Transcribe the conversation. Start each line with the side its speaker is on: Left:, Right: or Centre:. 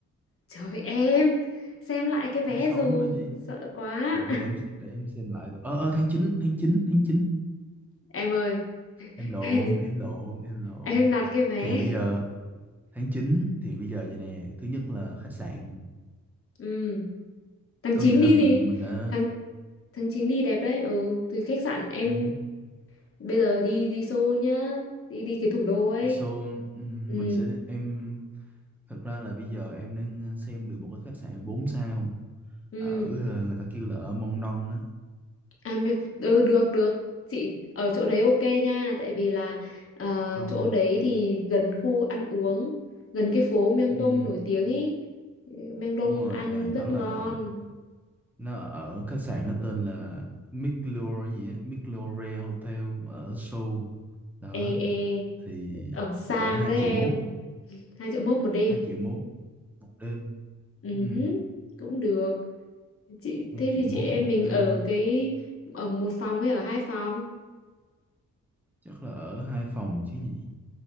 Left: trời em xem lại cái vé
Centre: tháng 6
Left: dùm
Centre: mới đi
Left: sợ quá
Centre: Ủa để em se- để em xem lại Ờ ờ tháng chín tháng chín tháng 9
Left: <laughs> em ơi
Centre: em lộn
Left: <laughs>
Centre: em lộn em lộn
Left: em đặt cái vé
Centre: thì bây giờ tháng chín thì bây giờ vậy nè thứ nhất là khách sạn
Left: ừ. tháng
Centre: có
Left: chín
Centre: nghĩa là
Left: đi
Centre: mình
Left: gì?
Centre: mình đã
Left: tháng tháng 9 đi đẹp đấy ừ từ khách sạn em
Centre: ừ,
Left: bây giờ đi đi Seoul nhá đi đi cái thủ đô ấy
Centre: đi show ừ,
Left: ừ
Centre: mình sẽ em thực ra là bây giờ em đang xem được một cái khách sạn 4 sao
Left: ừ
Centre: ở ờ, người ta kêu là ở Mont Don á
Left: à mi- ừ, được được chị ở chỗ đấy ok nha tại vì là ờ,
Centre: Don
Left: chỗ đấy thì gần khu ăn uống gần cái phố Myeongdong
Centre: ừ,
Left: nổi tiếng ý Myeongdong
Centre: đúng rồi
Left: ăn
Centre: là nó
Left: rất
Centre: là
Left: ngon
Centre: nó ở khách sạn nó tên là Miclure gì á Miclure Hotel ở Seoul đó
Left: ê ê
Centre: thì
Left: ở sang
Centre: cỡ 2
Left: đấy
Centre: triệu
Left: em
Centre: mốt
Left: hai triệu mốt một đêm
Centre: 2 triệu mốt một đêm
Left: ừ
Centre: ừ,
Left: hứ, cũng được chị
Centre: 2
Left: thế
Centre: triệu
Left: thì
Centre: mốt
Left: chị em
Centre: một
Left: mình
Centre: đêm
Left: ở cái ở một phòng hay ở hai phòng
Centre: chắc là ở hai phòng chứ nhỉ